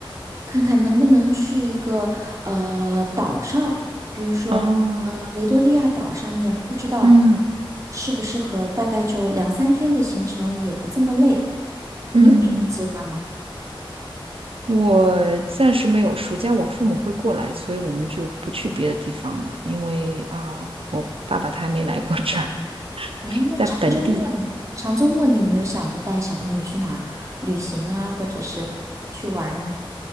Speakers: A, on the right (about 35°); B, on the right (about 80°).
A: 看看能不能去一个呃岛上，比如说呃维多利亚岛上面，
B: 哦，
A: 不知道
B: 嗯
A: 适不适合，大概就两三天的行程也不这么累。
B: 嗯嗯嗯，
A: 你有什么计划吗？
B: 我暂时没有。暑假我父母会过来，所以我们就不去别的地方了，因为啊，我爸爸他还没来过这儿，
A: 诶，那长周末呢？
B: 在本地。
A: 长周末你有没有想着带小朋友去哪儿旅行啊，或者是去玩儿呢？